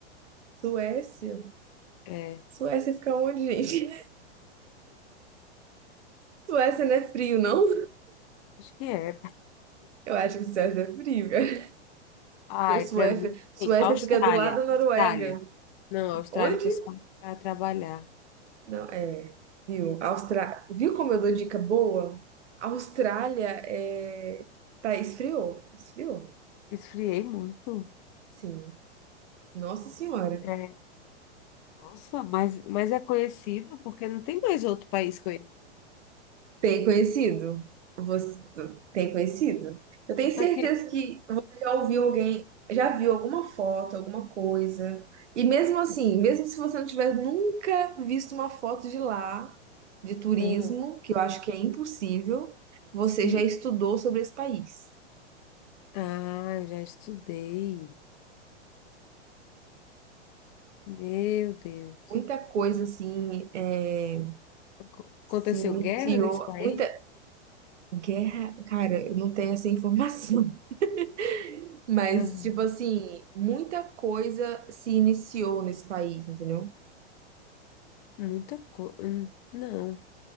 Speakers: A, on the right; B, on the left.
A: Suécia?
B: É,
A: Suécia fica onde, gente? <laughs> Suécia não é frio, não?
B: acho que é.
A: Eu acho que Suécia é frio, cara.
B: Ai,
A: Pô, Suécia,
B: para mim,
A: Suécia
B: sim. Austrália,
A: fica do lado da
B: Austrália.
A: Noruega.
B: Não, a Austrália,
A: Onde?
B: o pessoal para trabalhar.
A: Não, é. Viu? Austra... Viu como eu dou dica boa? Austrália é... tá esfriou, esfriou.
B: Esfriei muito.
A: Sim. Nossa Senhora.
B: É, nossa, mas, mas é conhecido porque não tem mais outro país conhecido.
A: Tem conhecido? Você tem conhecido? Eu tenho certeza
B: Aqui.
A: que você já ouviu alguém, já viu alguma foto, alguma coisa. E mesmo assim, mesmo se você não tiver nunca visto uma foto de lá, de turismo,
B: Ah,
A: que eu acho que é impossível, você
B: sim.
A: já estudou sobre esse país.
B: Ah, já estudei. Meu Deus.
A: Muita coisa assim é,
B: Aco- Aconteceu
A: se iniciou,
B: guerra nesse país?
A: muita guerra, cara, eu não tenho essa informação, <laughs> mas
B: Aham.
A: tipo assim, muita coisa se iniciou nesse país, entendeu?
B: Muita coisa. Não.